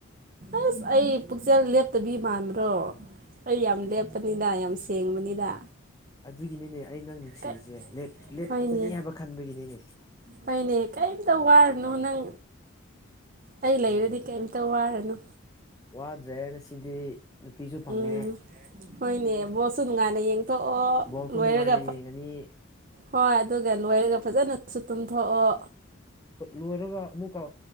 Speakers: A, on the right; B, on the left.
A: ꯑꯁ ꯑꯩ ꯄꯨꯛꯆꯦꯜ ꯂꯦꯞꯇꯕꯤ ꯃꯥꯟꯕ꯭ꯔꯣ ꯑꯩ ꯌꯥꯝ ꯂꯦꯞꯄꯅꯤꯗ ꯌꯥꯝ ꯁꯦꯡꯕꯅꯤꯗ
B: ꯑꯗꯨꯒꯤꯅꯤꯅꯦ ꯑꯩ ꯅꯪ ꯅꯨꯡꯁꯤꯁꯦ
A: ꯀꯩ
B: ꯂꯦꯞ ꯂꯦꯞꯀꯅꯤ
A: ꯍꯣꯏꯅꯦ
B: ꯍꯥꯏꯕ ꯈꯟꯕꯒꯤꯅꯤꯅꯦ
A: ꯍꯣꯏꯅꯦ ꯀꯔꯤꯝꯇ ꯋꯥꯔꯅꯣ ꯅꯪ ꯑꯩ ꯂꯩꯔꯗꯤ
B: ꯎꯝ
A: ꯀꯔꯤꯝꯇ ꯋꯥꯔꯅꯨ
B: ꯋꯥꯗ꯭ꯔꯦ ꯉꯁꯤꯗꯤ ꯅꯨꯄꯤꯁꯨꯨ ꯄꯪꯉꯦ
A: ꯎꯝ ꯍꯣꯏꯅꯦ ꯕꯣꯜꯁꯨ ꯅꯨꯡꯉꯥꯏꯅ ꯌꯦꯡꯊꯣꯛꯑꯣ
B: ꯕꯣꯜꯁꯨ
A: ꯂꯣꯏꯔꯒ
B: ꯅꯨꯡꯉꯥꯏꯅ ꯌꯦꯡꯉꯅꯤ
A: ꯍꯣꯏ ꯑꯗꯨꯒ ꯂꯣꯏꯔꯒ ꯐꯖꯅꯁꯨ ꯇꯨꯝꯊꯣꯛꯑꯣ
B: ꯂꯣꯏꯔꯒ ꯑꯃꯨꯛꯀ